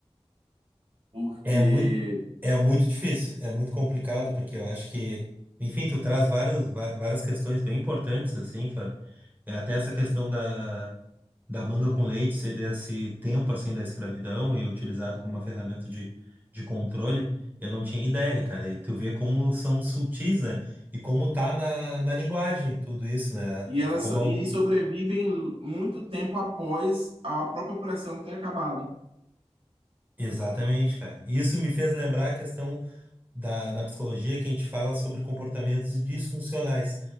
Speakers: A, on the right (about 55°); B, on the right (about 15°).
A: porque
B: É muito, é muito difícil, é muito complicado, porque eu acho que, enfim, tu traz várias, va- várias questões bem importantes, assim, Fábio. É Até essa questão da da manga com leite ser desse tempo assim da escravidão e utilizado como uma ferramenta de, de controle, eu não tinha ideia, cara. E tu vê como são sutis, né? E como tá na, na linguagem tudo isso, né?
A: e elas
B: Como
A: so-
B: é
A: e sobrevivem muito tempo após a própria pressão ter acabado.
B: Exatamente, cara. E Isso me fez lembrar a questão da, da psicologia que a gente fala sobre comportamentos disfuncionais,